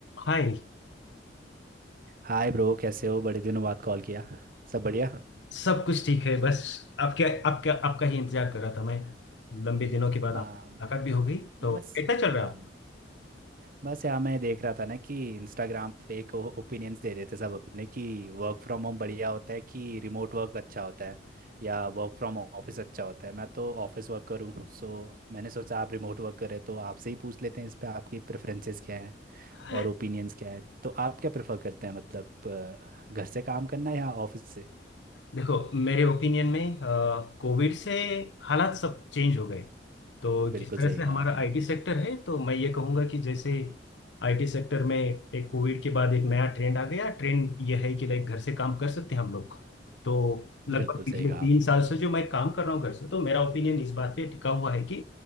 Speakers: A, on the left; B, on the right.
A: हाय
B: हाय bro कैसे हो बड़े दिनों बाद कॉल किया सब बढ़िया
A: सब कुछ ठीक है बस आपके आपके आपका ही इंतजार कर रहा था मैं लंबे दिनों के बाद
B: हाँ
A: आप मुलाकात भी हो गई तो
B: मैं बस
A: कैसा चल रहा
B: हाँ
A: है
B: बस यार मैं देख रहा था ना कि इंस्टाग्राम पे एक ओपिनियंस दे रहे थे सब अपने कि वर्क फ्रॉम होम बढ़िया होता है कि रिमोट वर्क अच्छा होता है या वर्क फ्रॉम ऑफिस अच्छा होता है मैं तो ऑफिस वर्क करूँ सो मैंने सोचा आप रिमोट वर्क कर रहे हो, तो आपसे ही पूछ लेते हैं इस पे आपकी प्रेफरेंसेस क्या हैं
A: आप
B: और ओपिनियंस क्या है तो आप क्या प्रेफर करते हैं मतलब अ, घर से काम करना या ऑफिस से
A: देखो मेरे ओपिनियन में कोविड से हालात सब चेंज हो गए तो
B: बिल्कुल
A: जिस तरह
B: सही
A: से
B: कहा
A: हमारा
B: आपने
A: आईटी सेक्टर है तो मैं ये कहूँगा कि जैसे आईटी सेक्टर में एक कोविड के बाद एक नया ट्रेंड आ गया ट्रेंड ये है कि लाइक घर से काम कर सकते हैं हम लोग तो लगभग
B: बिल्कुल
A: पिछले
B: सही कहा
A: तीन
B: आपने
A: साल से जो मैं काम कर रहा हूँ घर से तो मेरा ओपिनियन इस बात पे टिका हुआ है कि